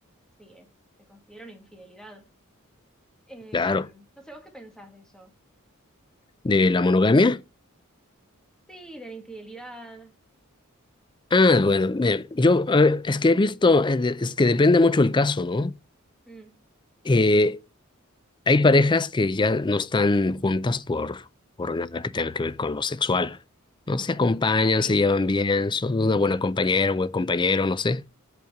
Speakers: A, in the centre; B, on the left (about 20°).
A: sí, es- te considero una infidelidad. Eh,
B: Claro.
A: no sé, ¿vos qué pensás de eso?
B: ¿De la monogamia?
A: Sí, de la infidelidad.
B: Ah, bueno, mira, yo eh, es que he visto, eh, de- es que depende mucho el caso, ¿no?
A: Mm,
B: Eh, hay parejas que ya no están juntas por, por nada que tenga que ver con lo sexual. No se acompañan,
A: sí,
B: se llevan bien, son una buena compañera, un buen compañero, no sé.